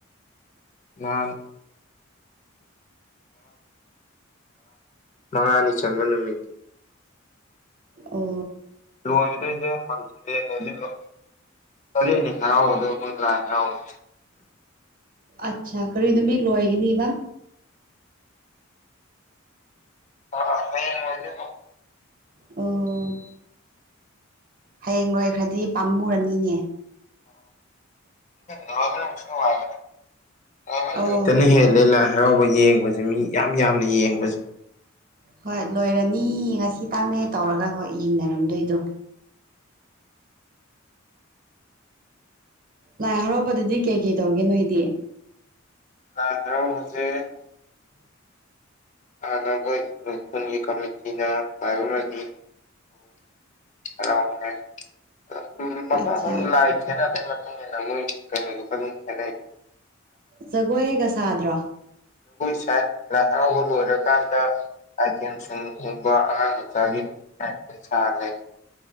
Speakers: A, on the left; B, on the right.
A: ꯃꯥ ꯃꯉꯅꯤ ꯆꯟ ꯃꯅ ꯃ
B: ꯑꯣ
A: ꯂꯣꯏꯗꯣꯏꯁꯦ ꯍꯪꯁꯂꯦꯅꯦ ꯑꯗꯨ ꯆꯔꯅꯤ ꯍꯔꯥꯎꯒꯗꯕ ꯃꯣꯏ ꯂꯥꯛꯑ ꯍꯔꯥꯎꯒ
B: ꯑꯆꯥ ꯀꯔꯤ ꯅꯨꯃꯤ ꯂꯣꯏꯒꯅꯤꯕ
A: ꯑ ꯍꯌꯦꯡ ꯑꯣꯏꯗꯤ
B: ꯑꯣ ꯍꯌꯦꯡ ꯂꯣꯏꯈ꯭ꯔꯗꯤ ꯄꯥꯝꯃꯨꯔꯅꯤꯅꯦ
A: ꯑ ꯂꯣꯏꯕ ꯉꯁꯅ ꯋꯥꯥꯏ ꯃ
B: ꯑꯧ
A: ꯂꯣꯏ ꯍꯦ ꯂꯤꯂꯥꯏ ꯍꯔꯥꯎꯕ ꯌꯦꯡꯕꯁꯦ ꯃꯤ ꯌꯥꯝ ꯌꯥꯝꯅ ꯌꯦꯡꯕꯁꯦ
B: ꯍꯣꯏ ꯂꯣꯏꯔꯅꯤ ꯉꯁꯤ ꯇꯥꯡꯅꯦ ꯇꯧꯔꯒ ꯍꯣꯏ ꯌꯦꯡꯅꯔꯝꯗꯣꯏꯗꯣ ꯂꯥꯏ ꯍꯔꯥꯎꯕꯗꯗꯤ ꯀꯩ ꯀꯩ ꯇꯧꯒꯦ ꯅꯣꯏꯗꯤ
A: ꯍꯔꯥꯎ ꯍꯧꯁꯦ ꯍꯥꯟꯅ ꯃꯣꯏ ꯈꯨꯟꯒꯤ ꯀꯃꯤꯇꯤꯅ ꯃꯥꯏꯕꯅ <unintelligible> ꯎꯝ ꯃꯐꯝ ꯃꯐꯝꯗ
B: ꯑꯠꯆꯥ
A: ꯂꯥꯏ ꯈꯦꯠꯅꯕꯩ ꯃꯇꯨꯡ ꯏꯟꯅ ꯃꯣꯏ ꯀꯩꯅꯣꯗꯨ ꯈ ꯑꯗꯨꯝ ꯈꯦꯠꯅꯩ
B: ꯖꯒꯣꯏꯣꯏꯒꯁꯗ꯭ꯔꯣ
A: ꯆꯥꯏ ꯂꯍꯥꯛ ꯂꯣꯏꯔꯀꯥꯟꯗ ꯑꯥꯏꯇꯦꯝ ꯁꯒꯨꯝꯕ ꯑꯉꯥꯡ ꯃꯆꯥꯒꯤꯋꯥꯏꯠ ꯁꯥꯍꯜꯂꯦ